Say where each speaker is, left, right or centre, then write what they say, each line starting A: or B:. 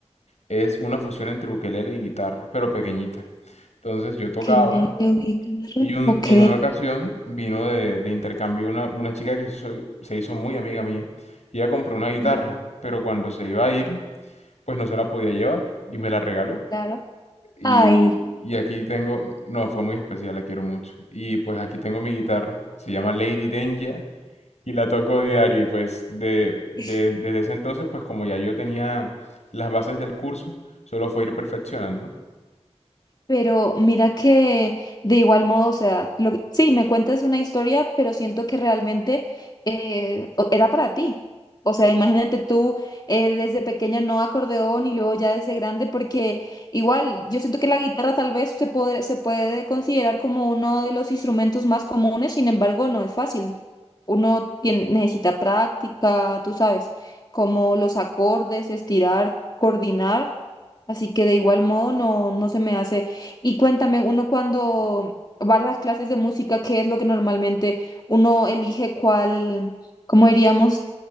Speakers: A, on the left (about 80°); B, on the left (about 35°).
A: Es una fusión entre ukelele y guitarra, pero pequeñita. Entonces yo tocaba
B: Ukelele o guitarra.
A: Y, un-
B: Ok,
A: y en una ocasión vino de, de intercambio una, una chica que se hizo, se hizo muy amiga mía. Y ella compró una guitarra,
B: Sí.
A: pero cuando se iba a ir, pues no se la podía llevar y me la regaló.
B: claro.
A: Y,
B: Ay.
A: y aquí tengo, no, fue muy especial, la quiero mucho. Y pues aquí tengo mi guitarra, se llama Lady Denja y la toco diario. Y pues de, de-
B: <laughs>
A: desde ese entonces, pues como ya yo tenía las bases del curso, solo fue ir perfeccionando.
B: Pero mira que de igual modo, o sea, lo que- sí, me cuentas una historia, pero siento que realmente eh, o- era para ti. O sea, imagínate tú eh, desde pequeña no acordeón y luego ya desde grande, porque igual yo siento que la guitarra tal vez se puede, se puede considerar como uno de los instrumentos más comunes, sin embargo, no es fácil. Uno tiene- necesita práctica, tú sabes, como los acordes, estirar, coordinar. Así que de igual modo no, no se me hace. Y cuéntame, uno cuando va a las clases de música, ¿qué es lo que normalmente uno elige cuál, cómo diríamos,